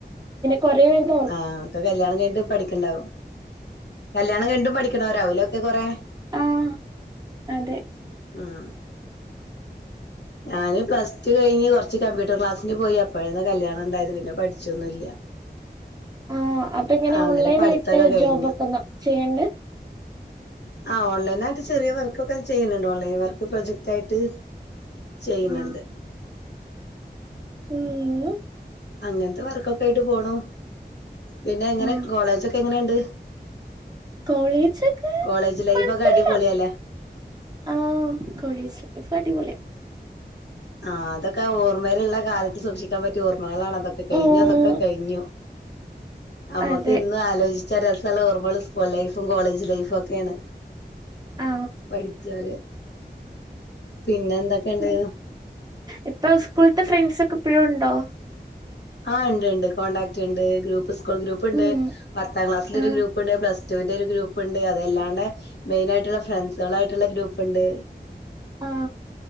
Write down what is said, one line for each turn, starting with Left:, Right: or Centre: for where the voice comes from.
Right: കൊറേ പേര്ത്
Left: ആഹ് ഒക്കെ കല്ല്യാണം പഠിക്ക്ണ്ടാവും കല്യാണം കഴിഞ്ഞും പഠിക്ക്ണവരാകും ഒക്കെ കൊറേ
Right: ആഹ് അതെ
Left: ആഹ് ഞാന് പ്ലസ് ടു കഴിഞ്ഞ് കുറച്ച് കമ്പ്യൂട്ടർ ക്ലാസ്സിന് പോയി അപ്പൊയാണ് കല്യാണം ഉണ്ടായത് പിന്നെ പഠിച്ചൊന്നുംമില്ല
Right: ആഹ് അപ്പൊ ഇങ്ങനെ
Left: അങ്ങനെ
Right: ഓൺലൈൻ
Left: പഠിത്തൊക്കെ
Right: ആയിട്ട്
Left: കഴിഞ്ഞു
Right: ജോബ് ഒക്കെ ചെയ്യ്ണ്ട്
Left: ആഹ് ഓൺലൈനായിട്ട് ചെറിയ വർക്ക് ഒക്കെ ചെയ്യുന്നുണ്ട് ഓൺലൈൻ വർക്ക് പ്രൊജക്റ്റ് ആയിട്ട് ചെയ്യുന്നുണ്ട്
Right: ആ ഉം
Left: അങ്ങനത്തെ വർക്കൊക്കെ ആയിട്ട് പോണ് പിന്നെ എങ്ങനെ
Right: ആ
Left: കോളേജൊക്കെ എങ്ങനെയുണ്ട്
Right: കോളേജൊക്കെ
Left: കോളേജ് ലൈഫ്
Right: കൊഴപ്പല്ല
Left: ഒക്കെ അടിപൊളിയല്ലേ
Right: ആഹ് കോളേജൊക്കെ ഇപ്പം അടിപൊളിയാ
Left: ആഹ് അതൊക്കെ ഓർമ്മയിലുള്ള കാലത്ത് സൂക്ഷിക്കാൻ പറ്റിയ ഓർമ്മകളാണ് അതൊക്കെ കഴിഞ്ഞു
Right: ഉം
Left: അതൊക്കെ കഴിഞ്ഞു മ്മക്ക്
Right: അതെ
Left: ഇന്ന് ആലോചി ച്ച രസള്ള ഓർമ്മള് സ്കൂൾ ലൈഫും കോളേജ് ലൈഫും ഒക്കേണ്
Right: ആ
Left: പഠിച്ചാല് പിന്നെന്തക്കെണ്ട്
Right: ഉം. ഇപ്പൊ സ്കൂൾത്തെ ഫ്രണ്ട്സൊക്കെ പ്പഴും ണ്ടോ
Left: ആ ണ്ട് ണ്ട് കോൺടാക്ട്ണ്ട് ഗ്രൂപ്പ് സ്കൂൾ ഗ്രൂപ്പ്ണ്ട്
Right: ഉം
Left: പത്താം ക്ലാസ്സിലൊരു
Right: ആ
Left: ഗ്രൂപ്പ്ണ്ട് പ്ലസ്ടുന്റെ ഒരു ഗ്രൂപ്പുണ്ട് അതെല്ലാണ്ട് മെയിൻ ആയിട്ടുള്ള ഫ്രണ്ട്സുകളായിട്ടുള് ഗ്രൂപ്പുണ്ട്
Right: ആ